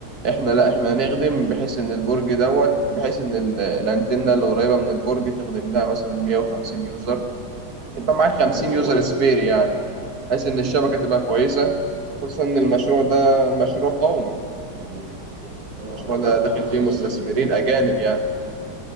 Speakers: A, on the right (about 45°); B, on the left (about 20°).
A: إحنا لأ إحنا هنخدم بحيث إن البرج دوت بحيث إن ال- الأنتنة اللي قريبة من البرج تخدم لها مثلا مية وخمسين يوزر يبقى معاك
B: حلو
A: خمسين
B: قوي
A: يوزر
B: ده
A: سبير يعني بحيث إن الشبكة تبقى كويسة خصوصا إن المشروع ده مشروع قومي يعني
B: طبعا
A: المشروع ده
B: ده
A: داخل
B: مشروع
A: فيه مستثمرين
B: جامد قوي يعني
A: أجانب يعني.